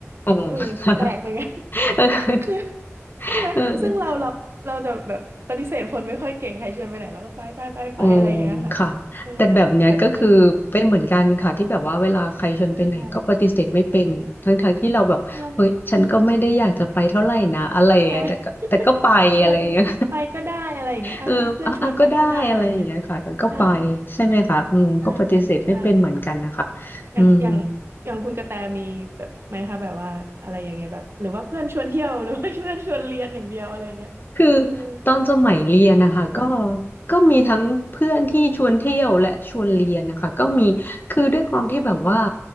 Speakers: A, on the left (about 45°); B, on the right (about 55°).
A: อ๋อ
B: เออแปลกเหมือนกัน
A: <laughs>
B: คือ <laughs> ใช่ไหมซึ่งเราเราเราจะแบบปฏิเสธคนไม่ค่อยเก่งใครชวนไปไหนเราก็ไปไปไปไปอะไรอย่างเงี้ยค่ะเออแต่แต่เพื่อน
A: เอออ๋อค่ะแต่แบบเนี้ยก็คือเป็นเหมือนกันค่ะที่แบบว่าเวลาใครชวนไปไหนก็ปฏิเสธไม่เป็นทั้งๆทที่เราแบบเฮ้ยฉันก็ไม่ได้อยากจะไปเท่าไหร่นะอะไรอะแต่ก็แต่ก็ไปอะไรอย่างเงี้ย
B: ใช่ใช่ใช่ไหม <laughs> ใช่ก็อ่ะไปก็ได้อะไรอย่างเงี้ยอ่ะอ่ะเพื่อนชวนไปก็ได้อะไรอย่างเงี้ย
A: เอออ่ะอ่ะก็ได้อะไรอย่างเงี้ยค่ะเออก็ไป
B: ใช่
A: ใช่ไหมคะอืมก็ปฏิเสธไม่เป็นเหมือนกันนะคะ
B: ใช่ใช่ค่ะอย่างอย่าง
A: อืม
B: อย่างคุณกระแตมีแบบไหมคะแบบว่าอะไรอย่างเงี้ยแบบหรือว่าเพื่อนชวนเที่ยว <laughs> หรือว่าเพื่อนชวนเรียนอย่างเดียวอะไรอย่างเงี้ย
A: คือ
B: เออ
A: ตอนสมัยเรียนนะคะก็ก็มีทั้งเพื่อนที่ชวนเที่ยวและชวนเรียนนะคะก็มีคือด้วยความที่แบบว่า
B: อืมอืมอืม